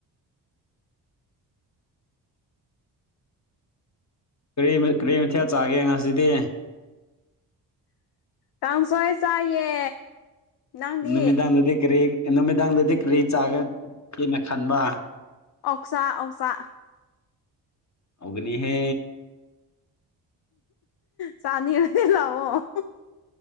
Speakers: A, on the left (about 35°); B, on the left (about 55°).
A: ꯀꯔꯤ ꯀꯔꯤ ꯃꯊꯦꯜ ꯆꯥꯒꯦ ꯉꯁꯤꯗꯤ
B: ꯀꯥꯡꯁꯣꯏ ꯆꯥꯏꯌꯦ ꯅꯪꯗꯤ
A: ꯅꯨꯃꯤꯗꯥꯡꯗꯗꯤ ꯀꯔꯤ ꯅꯨꯃꯤꯗꯥꯡꯗꯗꯤ ꯀꯔꯤ ꯆꯥꯒꯒꯦꯅ ꯈꯟꯕ
B: ꯑꯣꯛꯁꯥ ꯑꯣꯛꯁꯥ
A: ꯍꯥꯎꯒꯅꯤ ꯍꯦ
B: ꯆꯥꯅꯤꯡꯉꯗꯤ ꯂꯥꯛꯑꯣ